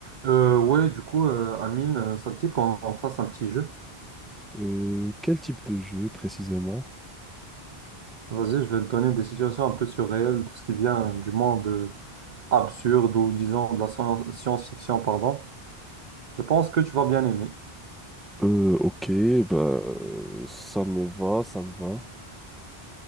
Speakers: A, on the right; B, in the centre.
A: Euh, ouais, du coup, euh, Amine, euh, ça te dit qu'on on fasse un petit jeu.
B: Euh, quel type de jeu précisément?
A: Vas-y, je vais te donner des situations un peu surréelles, tout ce qui vient du monde euh, absurde ou disons de la scien- science-fiction, pardon. Je pense que tu vas bien aimer.
B: Euh, ok, bah, euh, ça me va, ça me va.